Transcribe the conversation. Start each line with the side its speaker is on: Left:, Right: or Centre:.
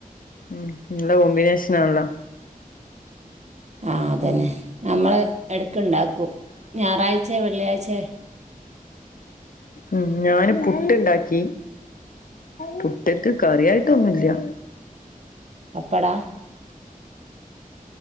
Left: ഉം നല്ല കോമ്പിനേഷനാണല്ലോ
Right: ആ അതന്നെ
Left: ഉം
Right: നമ്മള് എടക്ക്‌ ഇണ്ടാക്കും ഞായറാഴ്ച്ചെ വെള്ളിയാഴ്ച്ചെ-
Left: മ് ഞാന് പുട്ട്ണ്ടാക്കി പുട്ട്ക്ക് കറിയായിട്ടൊന്നുല്ല്യ
Right: പാപ്പാടവാ